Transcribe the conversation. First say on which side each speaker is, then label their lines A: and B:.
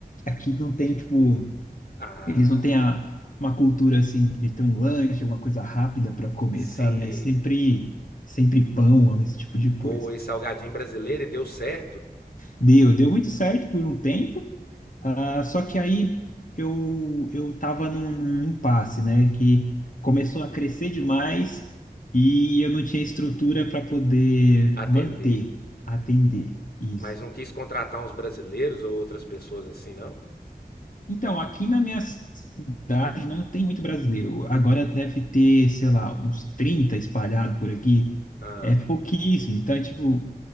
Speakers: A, on the left (about 55°); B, on the left (about 80°).
A: Aqui não tem, tipo.
B: Ah,
A: Eles não têm a, uma cultura assim de ter um lanche, alguma coisa rápida para comer,
B: sim.
A: sabe? É sempre, sempre pão, ó, esse tipo de coisa.
B: Pô, esse salgadinho brasileiro e deu certo
A: Deu, deu muito certo por um tempo, ah, só que aí eu, eu tava num, num impasse, né? Que começou a crescer demais e eu não tinha estrutura para poder
B: atender,
A: manter, atender isso.
B: mas não quis contratar uns brasileiros ou outras pessoas assim não?
A: Então, aqui na minha cidade não tem muito brasileiro. Agora deve ter, sei lá, uns 30 espalhados por aqui.
B: Ah,
A: É pouquíssimo. Então, é, tipo,